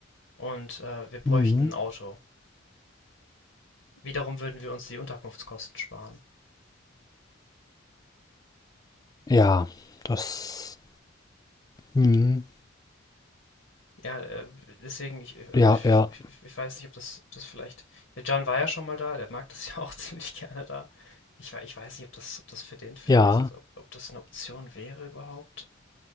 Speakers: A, on the left (about 65°); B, on the left (about 20°).
A: und äh, wir bräuchten
B: Mhm.
A: ein Auto. Wiederum würden wir uns die Unterkunftskosten sparen.
B: Ja, das. Mhm.
A: Ja, äh, deswegen, ich, ich- also
B: Ja,
A: ich,
B: ja,
A: ich, ich weiß nicht, ob das, ob das vielleicht. Der Can war ja schon mal da, der mag das ja auch <laughs> ziemlich gerne da. Ich, wei- ich weiß nicht, ob das, ob das für den vielleicht,
B: ja,
A: also ob, ob das eine Option wäre überhaupt.